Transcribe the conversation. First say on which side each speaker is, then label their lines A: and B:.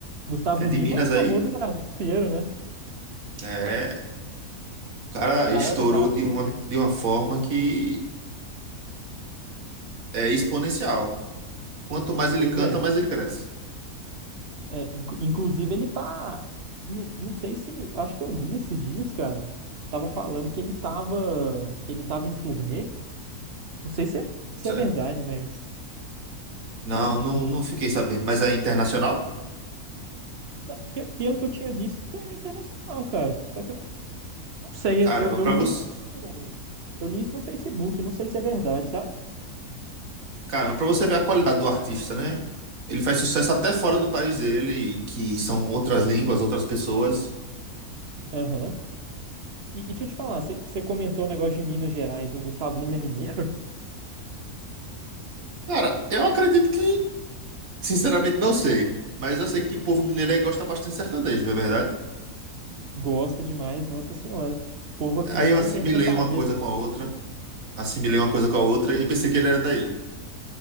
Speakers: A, on the right (about 50°); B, on the right (about 65°).
A: Gustavo
B: É de
A: Lima,
B: Minas
A: é famoso
B: aí?
A: no Brasil inteiro, né?
B: É. cara
A: Cara,
B: estourou
A: cara,
B: de uma, de uma forma que é exponencial. Quanto mais ele
A: pois
B: canta,
A: é.
B: mais ele cresce.
A: É, incu- inclusive, ele tá. Não, não sei se. Acho que eu li esses dias, cara. Tava falando que ele tava. Ele tava em turnê. Não sei se é, se
B: Certo?
A: é verdade, mas.
B: Não, não, não fiquei sabendo, mas é internacional?
A: não, eu- Pelo que eu tinha visto, era internacional, cara. Só que eu não, não sei.
B: Caramba,
A: Eu, eu
B: pra
A: li
B: você,
A: isso no. Eu li isso no Facebook. Não sei se é verdade, sabe?
B: caramba, para você ver a qualidade do artista, né? Ele faz sucesso até fora do país dele, que são outras línguas, outras pessoas.
A: Aham. E, e deixa eu te falar, você você comentou o negócio de Minas Gerais, o Gustavo Lima é mineiro?
B: Cara, eu acredito que, sinceramente, não sei. Mas eu sei que o povo mineiro aí gosta bastante de sertanejo, não é verdade?
A: Gosta demais, Nossa Senhora. Povo aqui,
B: Aí
A: movimento
B: eu assimilei
A: sertanejo.
B: uma coisa com a outra, assimilei uma coisa com a outra e pensei que ele era daí.